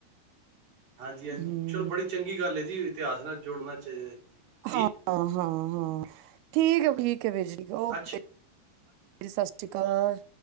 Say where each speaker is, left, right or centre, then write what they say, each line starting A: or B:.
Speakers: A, on the right; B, on the right.
A: ਹਾਂਜੀ ਹਾਂਜੀ,
B: ਹਮ
A: ਚਲੋ ਬੜੀ ਚੰਗੀ ਗੱਲ ਐ ਜੀ, ਇਤਿਹਾਸ ਨਾਲ ਜੁੜਨਾ ਚਾਈਦਾ ਜ
B: ਹਾਂ, ਹਾਂ, ਹਾਂ। ਠੀਕ ਐ ਠੀਕ ਐ, ਵੀਰ ਜੀ ਓਕੇ
A: ਅੱਛਾ
B: ਜੀ, ਸਤਿ ਸ਼੍ਰੀ ਕਾਲ।